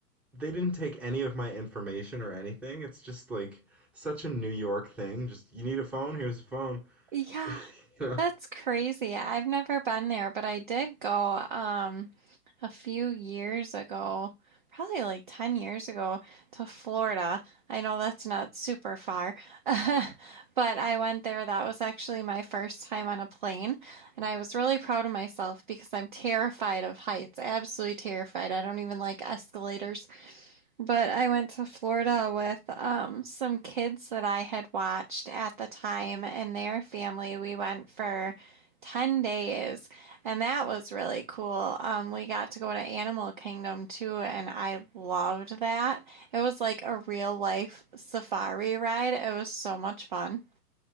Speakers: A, in the centre; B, on the right.
A: they didn't take any of my information or anything. It's just like such a New York thing. Just you need a phone, here's a phone. <laughs>
B: Yeah,
A: You know?
B: that's crazy. I've never been there, but I did go um a few years ago, probably like 10 years ago to Florida. I know that's not super far, <laughs> but I went there. That was actually my first time on a plane, and I was really proud of myself because I'm terrified of heights. Absolutely terrified. I don't even like escalators. But I went to Florida with um, some kids that I had watched at the time and their family. We went for 10 days, and that was really cool. Um, we got to go to Animal Kingdom too, and I loved that. It was like a real life safari ride. It was so much fun.